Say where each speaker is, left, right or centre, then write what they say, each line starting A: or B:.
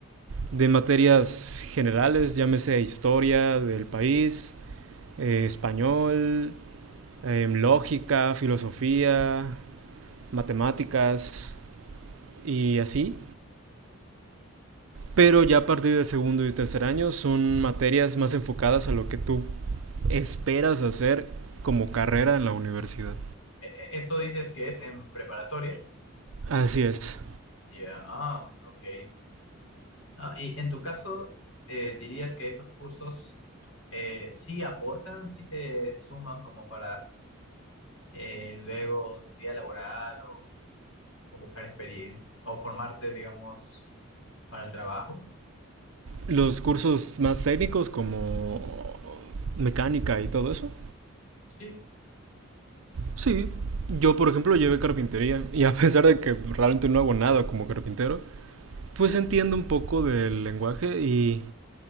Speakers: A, on the right (about 70°); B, on the left (about 75°).
A: de materias generales, llámese historia del país, eh, español, eh, lógica, filosofía, matemáticas y así. Pero ya a partir del segundo y tercer año son materias más enfocadas a lo que tú esperas hacer como carrera en la universidad.
B: E- e- ¿Eso dices que es en preparatoria?
A: Así es.
B: Ya, ah, mm, ok. Ah, y en tu caso, eh, ¿dirías que esos cursos eh, sí aportan, sí te suman como para eh, luego día laboral o, o buscar experiencia o formarte, digamos, para el trabajo.
A: Los cursos más técnicos como mecánica y todo eso
B: Sí.
A: Sí, yo por ejemplo llevé carpintería y a pesar de que realmente no hago nada como carpintero, pues entiendo un poco del lenguaje y